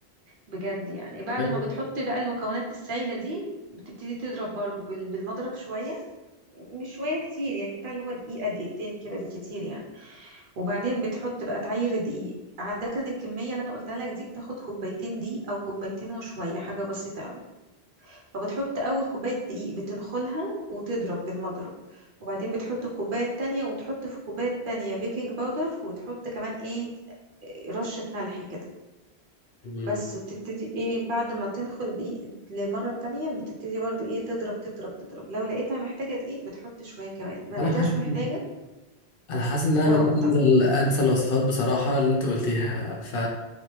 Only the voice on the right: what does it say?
بجد يعني بعد
ما بتحط بقى المكونات السايله دي بتبتدي تضرب برضو بال- بالمضرب شويه مش شوية كتير يعني بتاع اللي هو دقيقة دقيقتين كده بالكتير يعني وبعدين بتحط بقى تعير دقيق عادة الكمية اللي أنا قلتها لك دي بتاخد كوبايتين دقيق أو كوبايتين وشوية حاجة بسيطة أوي فبتحط أول كوباية دقيق بتنخلها وتضرب بالمضرب وبعدين بتحط الكوباية التانية وتحط في الكوباية التانية بيكنج باودر وتحط كمان إيه رشة ملح كده
بس وتبتدي ايه بعد ما تنخل دقيق للمرة التانية بتبتدي برضو ايه تضرب تضرب تضرب لو لقيتها محتاجة دقيق بتحط شوية كمان ما
لقيتهاش
محتاجة
اه
طب